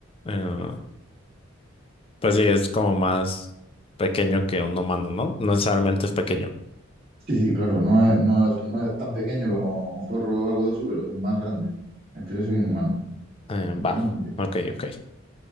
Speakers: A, on the left; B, on the right.
A: eh, pues sí, es como más pequeño que un humano, ¿no? No necesariamente es pequeño.
B: Sí, sí, claro, no es, no es, no es tan pequeño como un zorro o algo de eso, pero más grande, entre eso y un humano,
A: Eh,
B: un
A: va,
B: tamaño medio.
A: ok, ok.